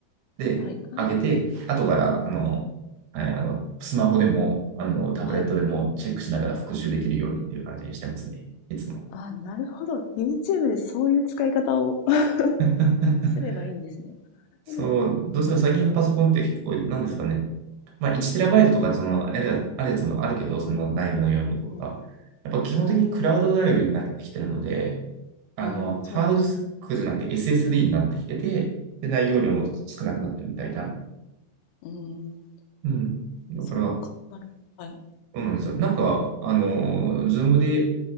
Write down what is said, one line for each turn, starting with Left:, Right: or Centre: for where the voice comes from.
Right: で上げて、
Left: はい、あ
Right: 後から、あの、はい、あの、スマホでも、あの、タブレットでもチェックしながら復習できるようにっていう感じにしてますね。
Left: あ、はい。
Right: いつも。
Left: ああなるほど。YouTube でそういう使い方を
Right: <laughs>
Left: <laughs> すればいいんですね。なるほど。
Right: そう、どうしても最近のパソコンって結構、なんですかね。まあ、1TB とかそのやるあるやつもあるけど、その内部の容量とか、
Left: うん、
Right: やっぱ基本的にクラウド頼りになってきてるので、
Left: はい。
Right: あの、
Left: うん、そうですね。
Right: ハードディスクじゃなくて SSD になってきてて、で、内容量も少なくなってるみたいな。
Left: うん、うん、
Right: うん。だから、
Left: そうか。
Right: そ
Left: なるほど。はい。
Right: うなんですよ。なんか、あの、ズームで、